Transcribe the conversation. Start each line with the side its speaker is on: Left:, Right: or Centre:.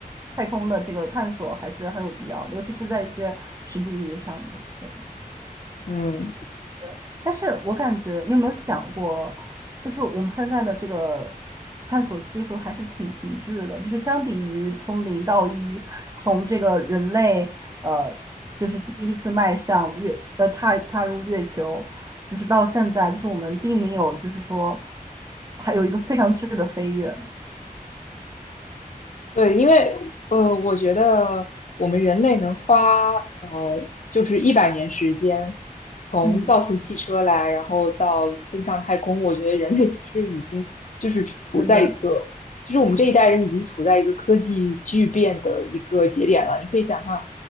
Right: 太空的这个探索还是很有必要的，尤其是在一些实际意义上的。对。
Left: 嗯。
Right: 对，但是我感觉，你有没有想过，就是我们现在的这个探索技术还是挺停滞的，就是相比于从零到一，从这个人类呃，就是第一次迈向月呃踏踏入月球，就是到现在，就是我们并没有就是说还有一个非常质的飞跃。
Left: 对，因为呃，我觉得我们人类能花呃，就是一百年时间，从造出汽车来，
Right: 嗯
Left: 然后到登上太空，我觉得人类其实已经就是处处在一个，
Right: 真的，
Left: 就是我们这一代人已经处在一个科技巨变的一个节点了。你可以想象，